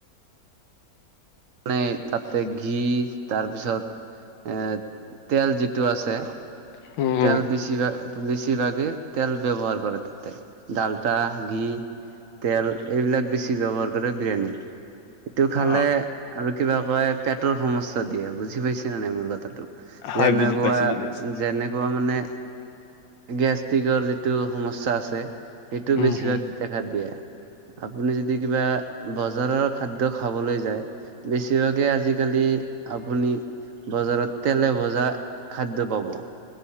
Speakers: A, on the right; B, on the left.
A: মানে তাতে ঘি তাৰপিছত এ তেল যিটো আছে
B: হম হম
A: তেল বেছিভাগ বেছিভাগে তেল ব্যৱহাৰ কৰে তাতে। ডালটা, ঘি, তেল এইবিলাক বেছি ব্যৱহাৰ কৰে বিৰিয়ানী। ইটো খালে
B: অ
A: আৰু কিবা কয় পেটৰ সমস্যা দিয়ে বুজি পাইছে নে নাই মোৰ কথ থাটো
B: হয়
A: যেনেকুৱা-যেনেকুৱা
B: বুজি পাইছো বুজি পাইছো
A: মানে গেষ্ট্ৰিকৰ যিটো সমস্যা আছে সেইটো
B: উম
A: বেছিভাগ
B: হম
A: দেখা দিয়ে আপুনি যদি কিবা বজাৰৰ খাদ্য খাবলৈ যায় বেছিভাগে আজিকালি আপুনি বজাৰত তেলে ভজা খাদ্য পাব।